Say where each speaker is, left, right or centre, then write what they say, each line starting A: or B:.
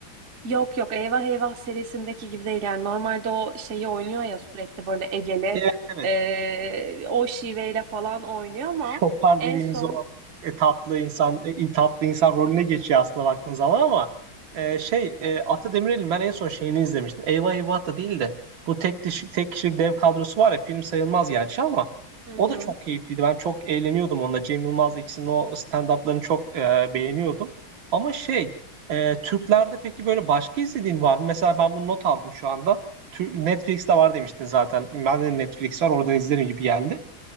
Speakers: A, on the right; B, on the right.
A: Yok yok Eyvah Eyvah serisindeki gibi değil. Yani normalde o şeyi oynuyor ya sürekli böyle Egeli
B: Evet evet
A: e, o şiveyle falan oynuyor ama
B: şopar
A: en
B: dediğimiz
A: son
B: o e, tatlı insan e, tatlı insan rolüne geçiyor aslında baktığın zaman ama e, şey e,
A: <laughs>
B: Ata Demirer'in ben en son şeyini izlemiştim. Eyvah Eyvah da değil de bu tek kişi, tek kişilik dev kadrosu var ya film sayılmaz gerçi ama
A: Hı
B: o
A: hı.
B: da çok keyifliydi. Ben çok eğleniyordum onunla. Cem Yılmaz'la ikisinin o stand-up'larını çok e, beğeniyordum. Ama şey e, Türklerde peki böyle başka izlediğin var mı? Mesela ben bunu not aldım şu anda. Tür- Netflix'te var demiştin zaten. Ben de Netflix var oradan izlerim gibi geldi.